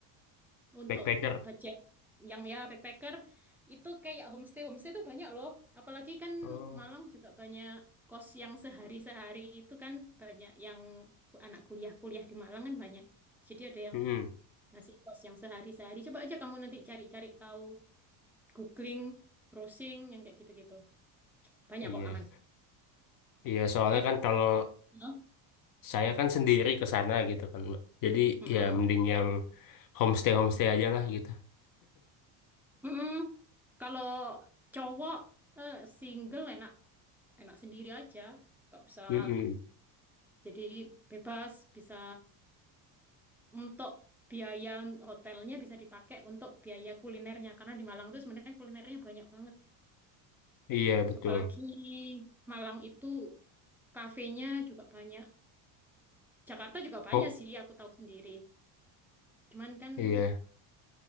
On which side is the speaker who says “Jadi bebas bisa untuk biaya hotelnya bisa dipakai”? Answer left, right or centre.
Centre